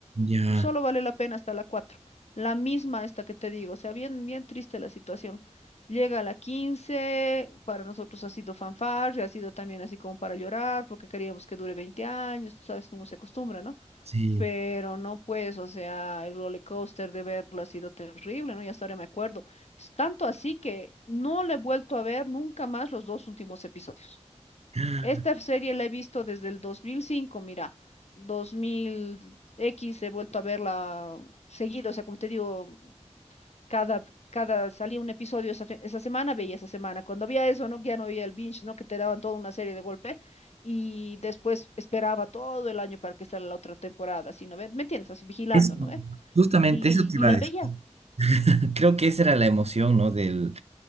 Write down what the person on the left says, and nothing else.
Solo vale la pena hasta la cuatro La misma esta que te digo. O sea, bien, bien triste la situación. Llega a la 15 para nosotros ha sido fanfarria, ha sido también así como para llorar, porque queríamos que dure 20 años, tú sabes cómo se acostumbra, ¿no?
Pero no, pues, o sea, el roller coaster de verlo ha sido terrible, ¿no? Ya hasta ahora me acuerdo. Es tanto así que no le he vuelto a ver nunca más los dos últimos episodios.
Esta serie la he visto desde el 2005, mira, 2000X he vuelto a verla seguido, o sea, como te digo, cada, cada salía un episodio esa, fe- esa semana, veía esa semana. Cuando había eso, ¿no? Ya no había el binge, ¿no? Que te daban toda una serie de golpe y después esperaba todo el año para que saliera la otra temporada, así, ¿no ve? ¿Me entiendes? Así vigilando,
¿no ve?
Y,
y
la
veía.